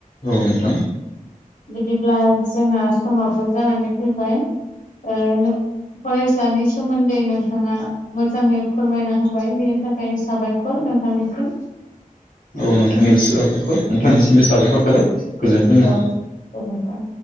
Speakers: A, on the left; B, on the left.
A: औ नोंथां।
B: बिदिब्ला जोंहा समाबो जानानै फैबाय ओ नों फरायसानि सोमोन्दै नोंथाङा मोजाङै फोरमायना होबाय बेनि थाखाय साबायखर नोंथांनिसिम
A: औ नोंथांनिबोसो साबायखर नोंथांनिसिमबो साबायखर थाबाय। गोजोन्थों नोंथां
B: औ गोजोनथों।